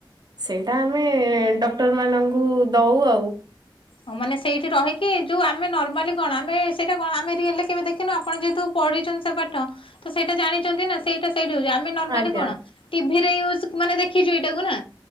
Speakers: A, on the right (about 50°); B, on the left (about 85°).
A: ସେଇଟା ଆମେ ଡକ୍ଟର ମାନଙ୍କୁ ଦଉ ଆଉ।
B: ହ ମାନେ ସେଇଠି ରହିକି ଯୋଉ ଆମେ ନର୍ମାଲି କଣ ଆମେ ସେଇଟା କଣ ଆମେ ରିଏଲରେ କେବେ ଦେଖିନୁ ଆପଣ ଯେହେତୁ ପଢିଛନ୍ତି ସେ ପାଠ ତ ସେଇଟା ଜାଣିଛନ୍ତି ନା ସେଇ ତ ସେଇ ଯୋଉ ଆମେ ନାର୍ମଲି
A: ଆଜ୍ଞା
B: କଣ ଟିଭିରେ ଏଇ ସୂ ମାନେ ଦେଖିଛୁ ଏଇଟାକୁ ନା